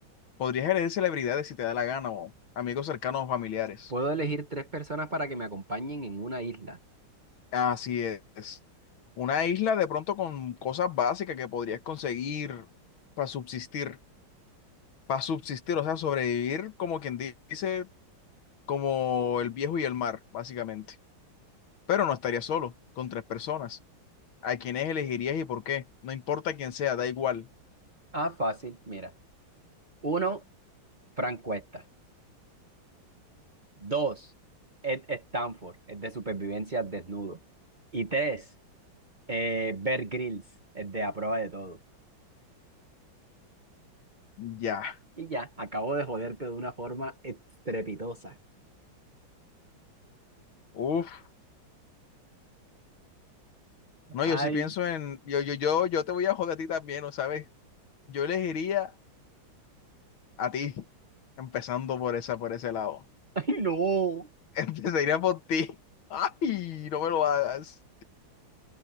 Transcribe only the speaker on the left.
Podrías elegir celebridades si te da la gana o amigos cercanos o familiares.
Así es. Una isla de pronto con cosas básicas que podrías conseguir para subsistir. Para subsistir, o sea, sobrevivir como quien dice, como el viejo y el mar, básicamente. pero no estaría solo, con tres personas. ¿A quiénes elegirías y por qué? No importa quién sea, da igual.
Ya.
Uf. No,
yo sí pienso en. Yo, yo, yo, yo te voy a joder a ti también, ¿no sabes? Yo elegiría a ti, empezando por esa, por ese lado.
<laughs> Empezaría por ti. Ay, no me lo hagas.